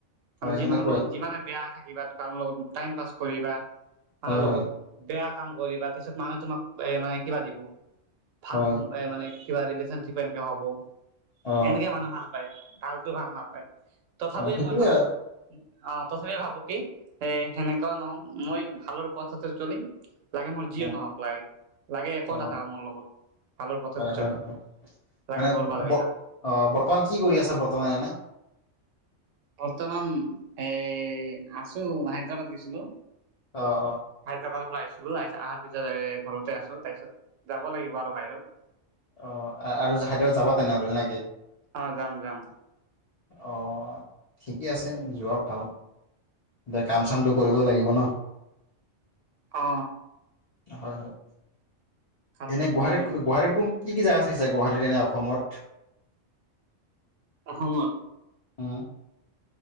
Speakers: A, on the left; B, on the right.
A: হয়
B: যি
A: সেনেকুৱাই
B: মানুহ লগত যিমানে বেয়াই থাকে। কিবা তোমাৰ লগত টাইম পাছ কৰিবা। আনৰ
A: হয় হয়
B: লগত বেয়া। কাম কৰিবা তাৰিছত মানুহ তোমাক এ মানে কিবা দিব ভাল
A: হয়
B: সম মানে, কি পাৰিলে। এনেকে ভাব
A: অ
B: এনেকে মানুহ ভাল। হয়া <unintelligible> ভালতো ভাল নাপায় তথাপি
A: অ সেইটোয়ে
B: মই ভাবো, অ তথাপি ভাবো কি এ সেনেকুৱা নহও মই ভালৰ পথতে চলিম, লাগে মোৰ যিয়ে
A: অ
B: নহওক
A: অ
B: লাগে, লাগে একো
A: অ
B: নাথাকো মোৰ লগত ভালৰ পথ
A: হয়
B: চলিম।
A: হয় হয়
B: লাগে
A: মানে
B: বৰবাদ
A: অ
B: হৈ
A: বৰ্তমান
B: যাম
A: কি কৰি আছে বৰ্তমানে এনে?
B: বৰ্তমান এ আছো হায়দৰাবাদ গৈছিলো।
A: অঁ অঁ
B: হায়দৰাবাদৰ পৰা আহিছিলো আহ অহাৰ পিছত ঘৰতে আছো তাৰ পিছত যাব লাগিব আৰু বাহিৰত।
A: অ আৰু হাইতেও যাবা তেনেহ'লে নে কি?
B: আহ যাম যাম
A: অ ঠিকে আছে যোৱা ভাল এতিয়া কাম চামটো কৰিবই লাগিব ন।
B: অ
A: হয় হয়
B: কামটো
A: এনে
B: কৰিব
A: গুৱাহাটি
B: লাগিব
A: গুৱাহাটি কোন কি কি জেগা চাইিছে গুৱাহাটীত নে অসমত,
B: অসমত
A: উম,